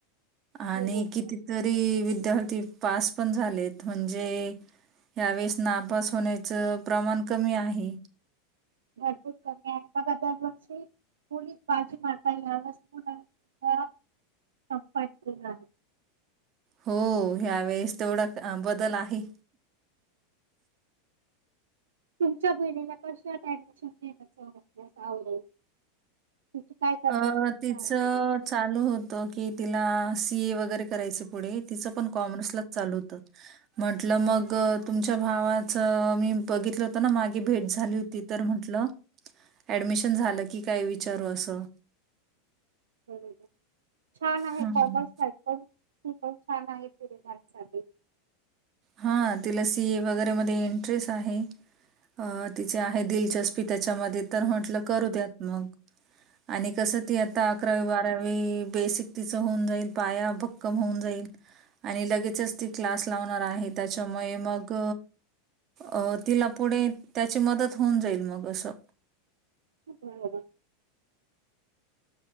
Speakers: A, on the right; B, on the right.
A: आणि
B: हो
A: किती जरी विद्यार्थी पास पण झालेत म्हणजे, या्यावेेळेस नापास होण्याचं प्रमाण कमी आहे.
B: भरपूर कमी आहे. दरवर्षी मुली पाठी मारता ये या मुलाद् <inaudible> <inaudible>
A: हो ह्यावेेळेस तेवढा बदल आहे
B: तुमच्या बहिणीला कशात ऍडमिशन घ असे म्हज अस आवड तिची काय करचाण्याची
A: अ,
B: इच्छा
A: तिचं
B: आहे तिला
A: चालू होत की तिला सी ए वगैरे करायच पुढे तिचं पण कॉमर्सलाच चालू होत म्हंटलं मग तुमच्या भावाचं मी बघितलं होतं ना मागे भेट झाली होती ति तर म्हटलं ऍडमिशन झालं की काय विचारू असं
B: बरोर छान आहे
A: हं.
B: कॉमर्स सा पण ती पण छान आहे परेझ साठी
A: हा तिला सी ए वगैरे मध्ये एंटरेस्ट आहे अ तिचे आहे दिलचस्पी त्याच्यामध्ये तर म्हंटलं करू द्यात मग आणि कसं ती आता अकरावी बारावी बेसिक तिच होऊन जाईल पाया भक्कम होऊन जाईल आणि लगेचच ती क्लास लावणार आहे त्याच्यामुळे मग अ तिला पुढे त्याची मदत होऊन जाईल मग असं
B: हो